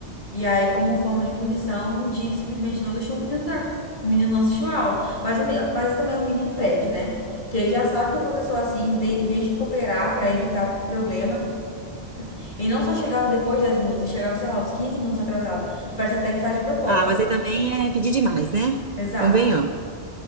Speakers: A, on the left; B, on the right.
A: E aí, como forma de punição, um dia ele simplesmente não deixou o menino entrar. O menino não assistiu a aula. Mas, o, me- mas também o menino pede, né? Que ele já sabe que o professor, é assim, de- em vez de cooperar para evitar problema, ele não só chegava depois de 10 minutos, ele chegava, sei lá, uns 15 minutos atrasado. Parece até que faz de propósito.
B: Ah, mas aí também é pedir demais, né?
A: Exato.
B: Convenhamos.